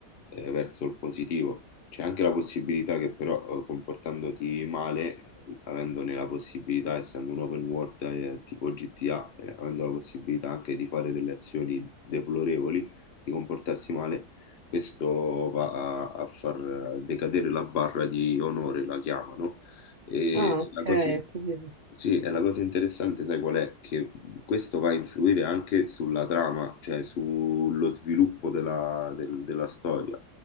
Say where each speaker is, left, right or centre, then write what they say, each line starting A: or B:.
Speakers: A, on the left; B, on the right.
A: eh, verso il positivo. C'è anche la possibilità che però eh, comportandoti male, avendone la possibilità, essendo un open world eh, tipo GTA, eh, avendo la possibilità anche di fare delle azioni deplorevoli, di comportarsi male, questo va a, a far decadere la barra di onore, la chiamano. E
B: Ah, ok,
A: la cosa...
B: ho capito.
A: Sì, e la cosa interessante, sai qual è? Che questo va a influire anche sulla trama, cioè sullo sviluppo della, del- della storia,